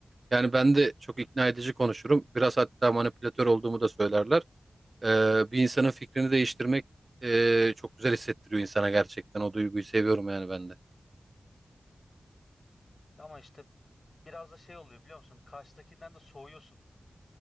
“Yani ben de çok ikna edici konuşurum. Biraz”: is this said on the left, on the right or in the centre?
Right